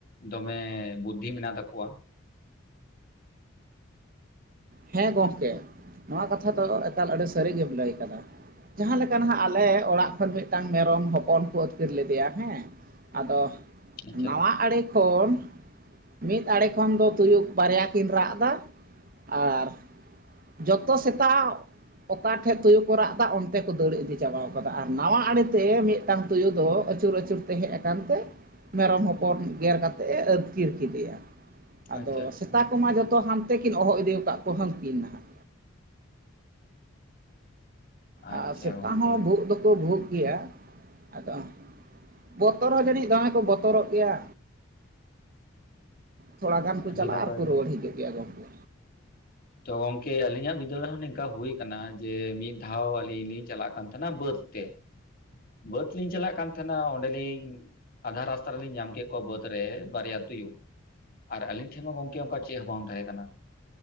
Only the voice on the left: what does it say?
ᱫᱚᱢᱮ ᱵᱩᱫᱽᱫᱷᱤ ᱢᱮᱱᱟᱜ ᱛᱟᱠᱚᱣᱟ᱾
ᱟᱪᱪᱷᱟ
ᱟᱪᱪᱷᱟ ᱟᱪᱪᱷᱟ
ᱟᱪᱪᱷᱟ
ᱜᱚᱝᱠᱮ
ᱟᱹᱰᱤ
ᱱᱟᱯᱟᱭ
ᱛᱚ ᱜᱚᱝᱠᱮ ᱟᱹᱞᱤᱧᱼᱟᱜ ᱵᱤᱫᱟᱹᱞ ᱨᱮ ᱦᱚᱸ ᱱᱤᱝᱠᱟ ᱦᱩᱭ ᱠᱟᱱᱟ ᱡᱮ ᱢᱤᱫ ᱫᱷᱟᱣ ᱟᱹᱞᱤᱧ ᱞᱤᱧ ᱪᱟᱞᱟᱜ ᱠᱟᱱ ᱛᱟᱦᱸᱮᱱ ᱟ ᱵᱟᱹᱫᱽ ᱛᱮ ᱵᱟᱹᱫᱽ ᱞᱤᱧ ᱪᱟᱞᱟᱜ ᱠᱟᱱ ᱛᱟᱦᱸᱮᱱᱟ ᱚᱸᱰᱮᱞᱤᱧ ᱟᱫᱷᱟ ᱨᱟᱥᱛᱟ ᱨᱮᱞᱤᱧ ᱧᱟᱢ ᱠᱮᱜ ᱠᱚᱣᱟ ᱵᱟᱹᱫᱽ ᱨᱮ ᱵᱟᱨᱭᱟ ᱛᱩᱭᱩ, ᱟᱨ ᱟᱞᱤᱧ ᱴᱷᱮᱱ ᱢᱟ ᱜᱚᱢᱠᱮ ᱚᱱᱠᱟ ᱪᱮᱫ ᱦᱚᱸ ᱵᱟᱝ ᱛᱟᱦᱮᱸ ᱠᱟᱱᱟ᱾